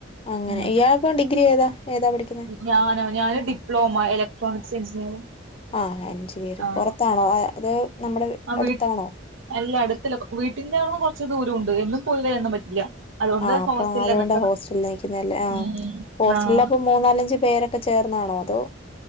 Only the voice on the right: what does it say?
ഉം
ഞാനോ ഞാന് ഡിപ്ലോമ ഇലക്ട്രോണിക്സ് എഞ്ചിനീയറിംഗ്.
ആഹ്
ആഹ്
വീട്ട് അല്ല അടുത്തല്ല വീട്ടിന്റെവ്ട്ന്ന് കൊർച്ച് ദൂരവുണ്ട് എന്നും പോയിവരാനൊന്നും പറ്റില്ല അതുകൊണ്ട്
ഹോസ്റ്റലിലാ
നിക്കണെ
ഉം
ആഹ്